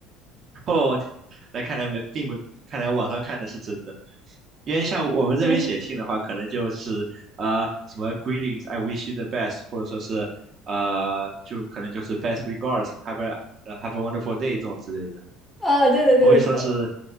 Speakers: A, on the right; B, in the centre.
A: 哦，那看来没并不，看来网上看的是真的，因为像我们这边写信的话，
B: 嗯，
A: 可能就是呃什么 greetings，I wish you the best，或者说是呃就可能就是 best regards，have a have a wonderful day 这种之类的。
B: 啊，对对对对对，
A: 不会说是，